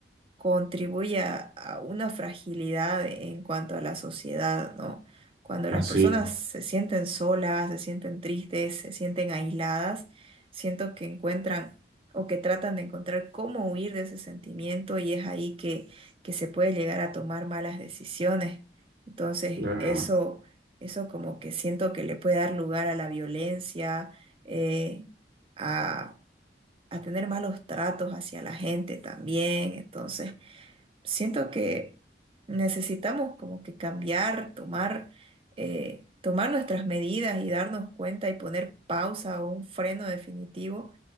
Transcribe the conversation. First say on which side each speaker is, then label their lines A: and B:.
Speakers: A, on the right; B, on the right.
A: contribuye a, a una fragilidad en cuanto a la sociedad, ¿no? Cuando
B: Así
A: las personas
B: es,
A: se sienten solas, se sienten tristes, se sienten aisladas, siento que encuentran o que tratan de encontrar cómo huir de ese sentimiento y es ahí que, que se puede llegar a tomar malas decisiones. Entonces,
B: claro.
A: eso, eso como que siento que le puede dar lugar a la violencia, eh, a, a tener malos tratos hacia la gente también. Entonces, siento que necesitamos como que cambiar, tomar, eh, tomar nuestras medidas y darnos cuenta y poner pausa o un freno definitivo